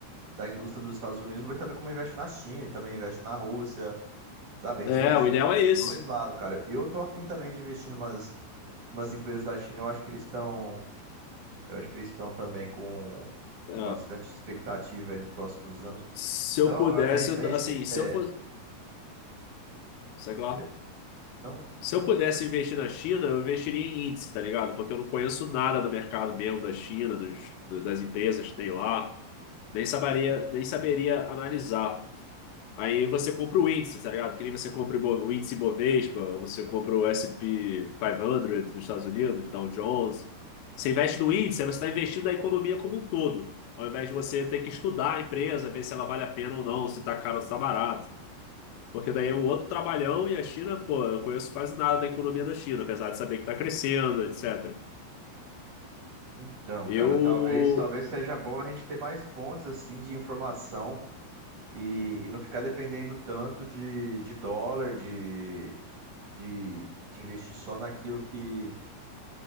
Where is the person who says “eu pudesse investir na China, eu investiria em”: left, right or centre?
Left